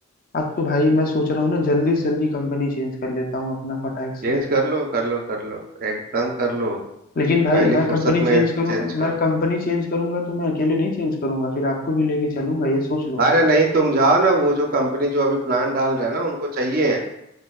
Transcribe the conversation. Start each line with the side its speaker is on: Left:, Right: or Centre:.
Left: अब तो भाई मैं सोच रहा हूँ ना जल्दी से जल्दी कंपनी चेंज कर लेता हूँ अपना फटाक से
Right: चेंज कर लो कर लो कर लो एकदम कर लो
Left: लेकिन भाई
Right: पहली
Left: मैं
Right: फुर्सत
Left: कंपनी
Right: में
Left: चेंज करूँ
Right: चेंज करो
Left: मैं कंपनी चेंज करूंगा तो मैं अकेले नहीं चेंज करूंगा फिर आपको भी लेके चलूंगा ये सोच लो
Right: अरे
Left: आप
Right: नहीं तुम जाओ ना वो जो कंपनी जो अभी प्लान डाल रहे हैं ना उनको चाहिए है